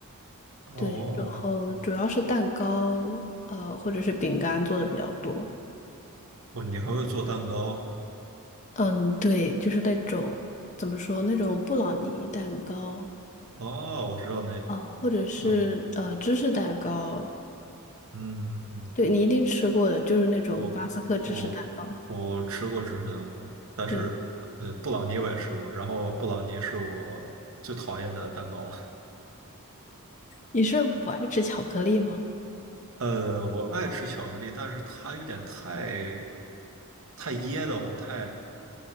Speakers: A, on the right (about 65°); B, on the left (about 35°).
A: 哦，
B: 对，然后主要是蛋糕，呃，或者是饼干做的比较多。
A: 哦，你还会做蛋糕？
B: 嗯，对，就是那种怎么说那种布朗尼蛋糕，
A: 哦，我知道那个，
B: 哦，或者是呃芝士蛋糕，
A: 知道那个嗯嗯。
B: 对你一定吃过的，就是那种巴斯克芝士蛋糕。
A: 我我我吃过芝士蛋糕，但是呃，
B: 对，
A: 布朗尼我也吃过，然后布朗尼是我最讨厌的蛋糕。
B: 你是不爱吃巧克力吗？
A: 呃，我爱吃巧克力，但是它有点太太噎得慌，太